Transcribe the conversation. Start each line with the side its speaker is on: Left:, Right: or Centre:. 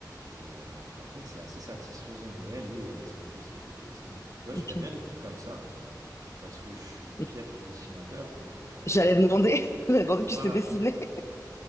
Right: Et euh, par contre, c'est assez satisfaisant, et elle, oui, elle estampille ses trucs à SM. Tu vois,
Left: Ok.
Right: je ferais bien des trucs comme ça, parce que je suis piètre
Left: Mais
Right: dessinateur, donc... euh,
Left: J'allais demander, <laughs> j'allais demander,
Right: voilà,
Left: tu sais dessiner.